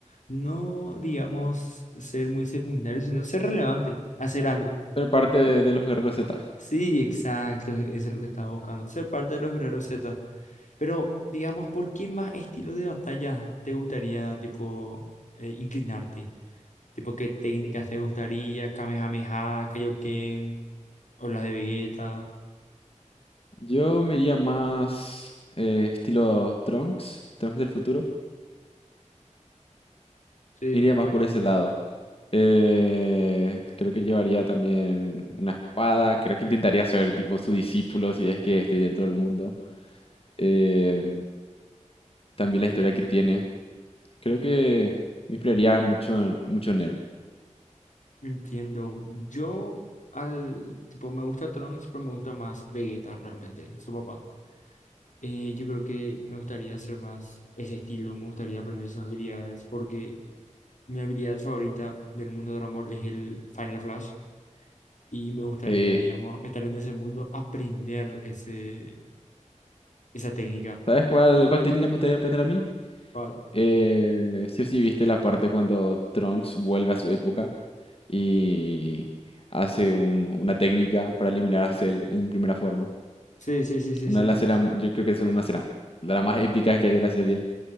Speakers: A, on the left; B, on the left.
A: no digamos ser muy secundario, sino ser relevante, hacer algo.
B: Pero parte de los guerreros Z.
A: Sí, exacto, e-, eso es lo que estaba buscando, ser parte de los Guerreros Z. Pero, digamos, ¿por qué más estilo de batalla te gustaría, tipo, eh, inclinarte? Tipo, ¿qué técnicas te gustaría? Kamehameha, Kaioken, o las de Vegeta.
B: Yo me iría más eh, estilo Trunks, Trunks del futuro.
A: Sí,
B: Me iría más
A: conozco.
B: por ese lado. Eh, creo que llevaría también una espada. Creo que intentaría ser tipo su discípulo si es que estoy dentro del mundo. Eh, también la historia que tiene. Creo que me inspiraría mucho, en- mucho en él.
A: Entiendo. Yo, al, tipo, me gusta Trunks, pero me gusta más Vegeta realmente, su papá. Eh, yo creo que me gustaría hacer más ese estilo, me gustaría aprender sus habilidades, porque mi habilidad favorita del mundo de Dragon Ball es el Final Flash. y me gustaría,
B: Eh,
A: digamos, estar en ese mundo, aprender ese, esa técnica.
B: ¿sabes cuál, cuál técnica me gustaría aprender a mí?
A: Claro.
B: Eh, sí o sí viste la parte cuando Trunks vuelve a su época y hace un- una técnica para eliminar a Cell en primera forma.
A: Sí, sí, sí, sí,
B: Una
A: sí.
B: de las escenas, yo creo que es una escena de las más épicas que hay de la serie.